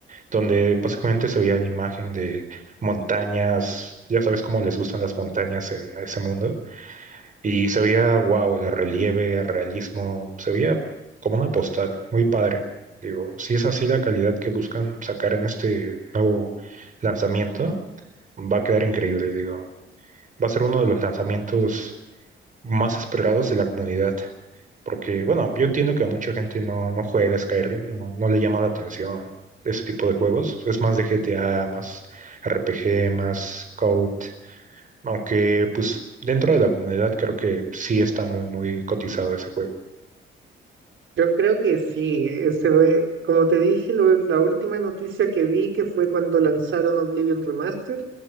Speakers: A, on the right; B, on the right.
A: donde básicamente se veía la imagen de montañas, ya sabes cómo les gustan las montañas en ese mundo. Y se veía, wow, el relieve, el realismo, se veía como una postal, muy padre. Digo, si es así la calidad que buscan sacar en este nuevo lanzamiento, va a quedar increíble, digo. Va a ser uno de los lanzamientos más esperados de la comunidad. Porque, bueno, yo entiendo que a mucha gente no, no juega Skyrim, no, no le llama la atención ese tipo de juegos. Es más de GTA, más RPG, más COD. Aunque, pues, dentro de la comunidad creo que sí está muy, muy cotizado ese juego.
B: Yo creo que sí, eh, se ve, como te dije, lo- la última noticia que vi que fue cuando lanzaron Oblivion Remaster,